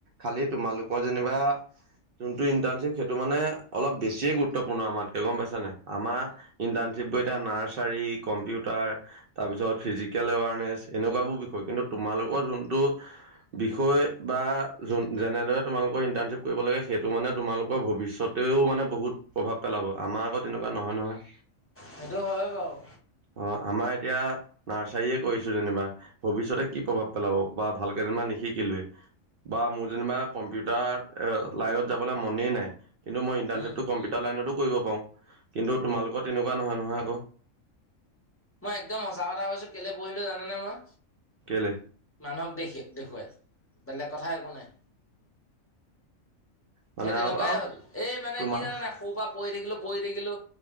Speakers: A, on the right; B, on the left.
A: খালি তোমালোকৰ যেনিবা যোনটো ইণ্টাৰ্ণশ্বিপ সেইটো মানে অলপ বেছিয়ে গুৰুত্বপূৰ্ণ আমাতকৈ গম পাইছা নাই, আমাৰ ইণ্টাৰ্ণশ্বিপ বোৰ এতিয়া নাৰ্চাৰী, কম্পিউটাৰ, তাৰপিছত ফিজিকেলএৱাৰ নেছ এনে কোৱাবোৰ বিষয়, কিন্তু তোমালোকৰ যোনটো বিষয় বা যোন, যেনেদৰে তোমালোকৰ ইণ্টাৰ্ণশ্বিপ কৰিব লাগে, সেইটো মানে তোমালোকৰ ভৱিষ্যত টোৱেও মানে বহুত প্ৰভাৱ পেলাব। আমাৰ আকৌ এনেকুৱা নহয়, নহয়।
B: সেইটো হয়, বাৰু।
A: অ, আমাৰ এতিয়া নাৰ্চাৰী কৰিছো যেনিবা ভৱিষ্যতে কি প্ৰভাৱ পেলাব বা ভালকে যেনিবা নিশিকিলোৱে। বা মোৰ যেনিবা কম্পিউটাৰ এ লাইনত যাবলৈ মনেই নাই। কিন্তু মই ইণ্টাৰ্শ্বিপটো
B: উম
A: কম্পিউটাৰ লাইনতো কৰিব পাৰোঁ কিন্তু তোমালোকৰ তেনেকুৱা নহয়, নহয় আকৌ।
B: মই একদম সঁচা কথা কৈছো, কেলে পঢ়িলো জানানে মই?
A: কেলে?
B: মানুহক দেখে দেখুৱাই, বেলেগ কথা একো নাই।
A: মানে
B: সেই তেনেকুৱাই
A: আৰু আৰু
B: হ'ল, এই মানে
A: তোমাৰ
B: কি জানা নাই সৰু পৰা পঢ়ি থাকিলো, পঢ়ি থাকিলো